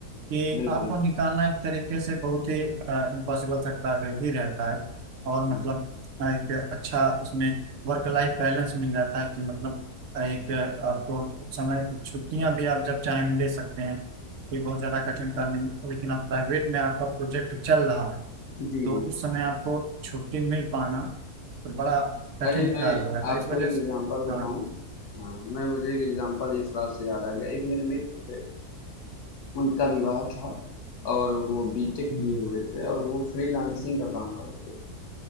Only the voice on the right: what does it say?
कि
आपको निकालना एक तरीके से बहुत ही इम्पॉसिबल सा कार्य ही रहता है और
मतलब अ, एक अच्छा उसमें वर्क लाइफ बैलेंस मिल जाता है कि मतलब अ, एक अ, आपको समय छुट्टियां भी आप जब चाहें ले सकते हैं कोई बहुत ज़्यादा कठिन काम नहीं लेकिन आप प्राइवेट में आपका प्रोजेक्ट चल रहा है
तो उस समय आपको छुट्टी मिल पाना तो बड़ा कठिन
कार्य हो रहा था
इस वजह
से
हाँ
हम्म,